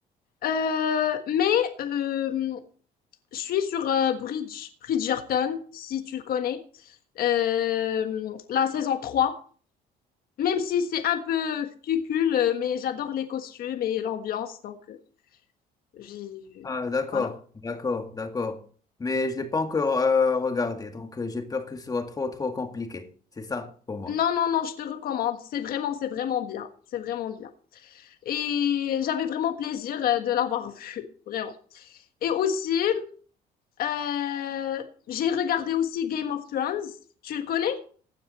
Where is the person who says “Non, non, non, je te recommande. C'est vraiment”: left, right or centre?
Left